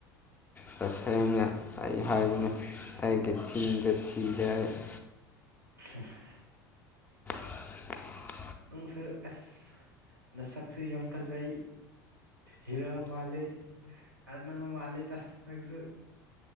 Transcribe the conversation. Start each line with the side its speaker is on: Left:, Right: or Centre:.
Left: ꯇꯁꯦꯡꯅ ꯑꯩ ꯍꯥꯏꯕꯅꯦ ꯑꯩꯒꯤ ꯊꯤꯗ ꯊꯤꯗꯦ ꯑꯩ <inaudible>
Right: <unintelligible>
Left: <inaudible>
Right: ꯅꯪꯁꯨ ꯑꯁ ꯅꯁꯛꯁꯨ ꯌꯥꯝ ꯐꯖꯩ ꯍꯤꯔꯣ ꯃꯥꯜꯂꯦ ꯑꯥꯔꯅꯣꯜ ꯃꯥꯜꯂꯤꯗ ꯅꯪꯁꯨ